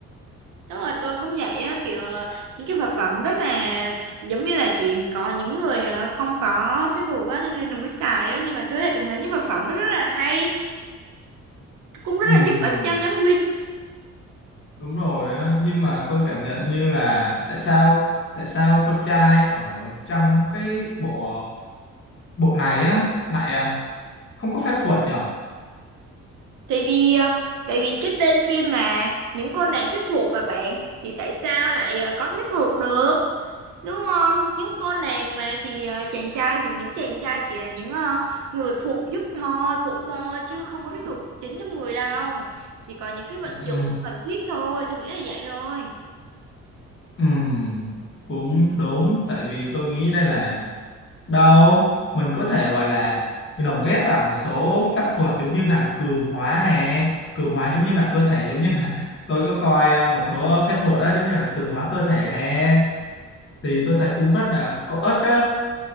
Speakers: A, on the right; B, on the left.
A: Đúng rồi, tôi cũng vậy á, kiểu ờ, những cái vật phẩm rất là giống như là chỉ có những người ờ, không có phép thuật á, cho nên là mới xài á. Nhưng mà tôi lại thấy những vật phẩm đó rất là hay, cũng rất
B: ừ,
A: là giúp ích cho nhóm Win.
B: đúng rồi á nhưng mà tôi cảm nhận như là tại sao tại sao con trai ở trong cái bộ bộ này á lại à, không có phép thuật nhở
A: Tại vì ờ, tại vì cái tên phim mà những cô nàng phép thuật mà bạn thì tại sao lại ờ, có phép thuật được? Đúng không? Những cô nàng mà thì ờ, chàng trai thì những chàng trai chỉ là những ờ, người phụ giúp thôi, phụ thôi chứ không có phép thuật chính trong người đâu. Chỉ có những cái vận
B: ừ, ừ.
A: dụng cần thiết thôi, tôi nghĩ là vậy rồi.
B: ừm cũng đúng tại vì tôi nghĩ đây là đâu mình có thể gọi là mình lồng ghép vào một số pháp thuật giống như là cường hóa nè cường hóa giống như là cơ thể giống như là <laughs> tôi có coi ờ, một số phép thuật đó giống như là cường hóa cơ thể nè thì tôi thấy cũng rất là có ích đó